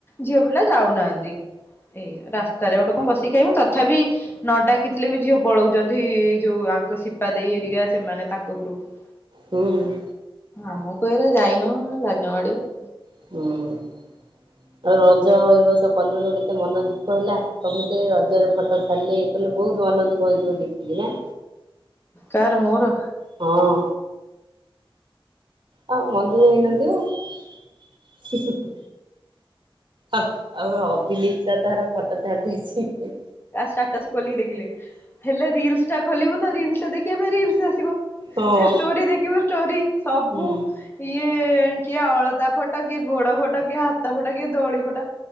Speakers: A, on the left; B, on the right.
A: ଝିଅ ପିଲା ଯାଉନାହାନ୍ତି। ଏଇ ରାସ୍ତାରେ ଗୋଟେ କଣ ବସି ଖାଇବୁ। ତଥାପି ନ ଡାକିଥିଲେ ବି ଝିଅ ପଳଉଛନ୍ତି। ଯୋଉ ଆଙ୍କ ସିପା ଦେଇ ହେରିକା ସେମାନେ ତାଙ୍କ ଗ୍ରୁପ। <inaudible>
B: ହୁଁ।
A: ଆମକୁ ଏରା ଯାଇନୁ ଲାଜମାଡିବ।
B: ହଁ। ଆଉ ରଜ ଏ ବସ କଲୁନୁ କେତେ ମନ ଦୁଃଖ ହେଲା। ସମସ୍ତେ ରଜରେ ଫଟୋ ଛାଡିଲେ। କହିଲି ବହୁତ ମନଦୁଃଖ ହେଇଥିବ ଦେଖିକି ନା।
A: କାର ମୋର?
B: ହଁ। ହଁ ମନ ଦୁଃଖ ହେଇନଥିବ। ଆଉ ଅଭିଲିପ୍ସା ସ ତାର ଫଟୋ ଛାଡିଦେଇଛି।
A: ତା ସ୍ଟାଟସ୍ ଖୋଲିକି ଦେଖିଲେ ହେଲେ ରିଲସ୍ ଟା ଖୋଲିବୁ ତ ରିଲସ୍ ଦେଖିବା ପାଇଁ ରିଲସ୍ ଆସିବ।
B: ହଁ
A: ଷ୍ଟୋରି ଦେଖିବ ଷ୍ଟୋରି ସବୁ।
B: ନା
A: ଇଏ କିଏ ଅଳତା ଫୋଟ କିଏ ଗୋଡ ଫୋଟ କିଏ ହାତ ଫୋଟା କିଏ ଦୋଳି ଫୋଟା।